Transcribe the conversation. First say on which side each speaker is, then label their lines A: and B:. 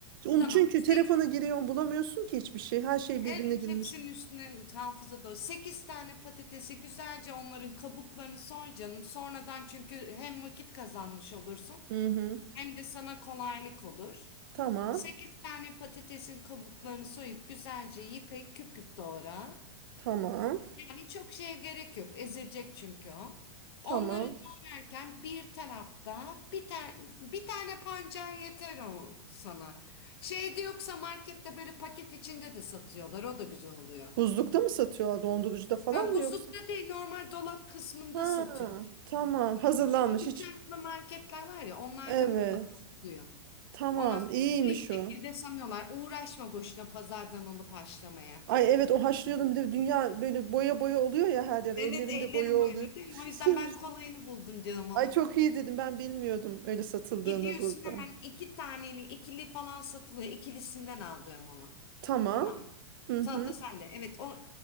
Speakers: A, on the right (about 50°); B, on the left (about 55°).
A: Onu
B: tamam.
A: çünkü
B: Sek
A: telefona giriyorsun bulamıyorsun ki hiçbir şey. Her şey birbirine
B: evet,
A: girmiş.
B: hepsinin üstüne hafıza da 8 tane patatesi güzelce onların kabuklarını soy canım. Sonradan çünkü hem vakit kazanmış olursun
A: Hı hı.
B: hem de sana kolaylık olur.
A: Tamam.
B: 8 tane patatesin kabuklarını soyup güzelce yıkayıp küp küp doğra.
A: Tamam.
B: Yani çok şeye gerek yok. Ezilecek çünkü o.
A: Tamam.
B: Onları doğrarken bir tarafta bir tane bir tane pancar yeter o sana. Şeyde yoksa markette böyle paket içinde de satıyorlar. O da güzel oluyor.
A: Buzlukta mı satıyorlar? Dondurucuda falan
B: Ben
A: mı
B: buzlukta
A: yoksa?
B: değil normal dolap kısmında
A: Ha,
B: satıyorlar.
A: tamam. Hazırlanmış
B: Bu üç
A: hiç.
B: harfli marketler var ya onlarda
A: Evet.
B: mutlaka oluyor.
A: Tamam.
B: Ondan sonra
A: İyiymiş
B: bir şekilde
A: o.
B: sanıyorlar. Uğraşma boşuna pazardan alıp haşlamaya.
A: Ay evet o haşlıyordum bir de dünya böyle boya boya oluyor ya her yer
B: Evet
A: ellerinde
B: ellerim
A: boya oluyor.
B: oyunu değil mi? O yüzden
A: <laughs>
B: ben kolayını buldum canım onun.
A: Ay çok iyi dedim ben bilmiyordum öyle satıldığını
B: Gidiyorsun
A: burada.
B: hemen iki taneli, ikili falan satılıyor. İkilisinden alacağım onu.
A: Tamam.
B: Tamam mı?
A: Hı
B: Salata
A: hı.
B: sende. Evet o